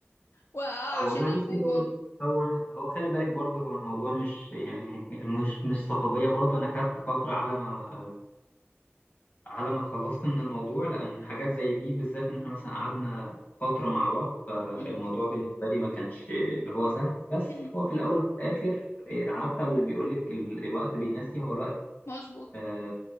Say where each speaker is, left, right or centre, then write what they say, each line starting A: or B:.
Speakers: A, on the left; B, on the left.
A: وعشان
B: اه والله
A: اموف
B: بصي هو
A: اون
B: هو هو خلي بالك برضه هو الموضوع مش يعني مش مش صحوبيه برضه انا خدت فتره على ما على ما اتخلصت من الموضوع لأن حاجات زي دي بالذات إن إحنا مثلا قعدنا فترة مع بعض فالموضوع
A: مهم.
B: بالنسبة لي ما كانش اللي هو سهل بس
A: مهم.
B: هو في الأول وفي الآخر إيه، عارفة اللي بيقولك ال- الوقت بينسي هو الوقت
A: مظبوط
B: آه،